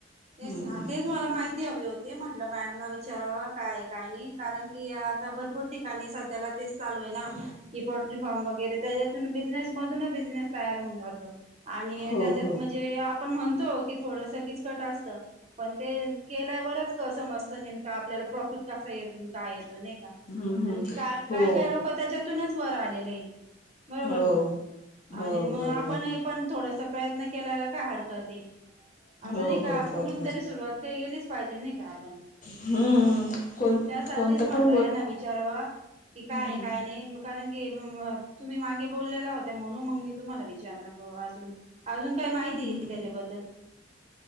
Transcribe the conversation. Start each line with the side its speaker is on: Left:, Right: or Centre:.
Left: हम्म
Right: तेच ना
Left: हम्म
Right: तेच मला माहिती हवी होती ते म्हटलं मॅडम न विचाराव काय काही नाही कारण की आता भरपूर ठिकाणी सध्याला तेच चालू आहे ना कि पोल्ट्री फार्म वगैरे त्याच्यातून बिझनेस मधूनच बिझनेस तयार होऊन जातो आणि
Left: हो
Right: त्याच्यात
Left: हो
Right: म्हणजे आपण म्हणतो की थोडस किचकट असत पण ते केल्यावरच क समजतं नेमकं आपल्याला प्रॉफिट कसा येतून काय येतो नाही का
Left: हम्म हम्म
Right: आणि का
Left: हो
Right: काय काय लोक त्याच्यातूनच वर आलेले बरोबर
Left: हो
Right: ना
Left: हो
Right: आणि मग
Left: बरोबर
Right: आपण हे पण थोडस प्रयत्न केल्याला काय हरकत आहे असं
Left: हो
Right: नाही का
Left: हो
Right: कुठून
Left: बरोबर
Right: तरी सुरुवात केलीच पाहिजे नाही का आपण
Left: हम्म
Right: असं
Left: हम् कोण
Right: त्यासाठीच
Left: कोणतं
Right: म्हटलं
Left: पण गो
Right: यांना विचारवं कि
Left: हम्म
Right: काय काय नाही कारण की तुम्ही माांगे बोललेल्या होत्या म्हणून मग मी तुम्हाला विचारलं अजून अजून काही माहिती
Left: हम्म
Right: आहे त्याच्याबद्दल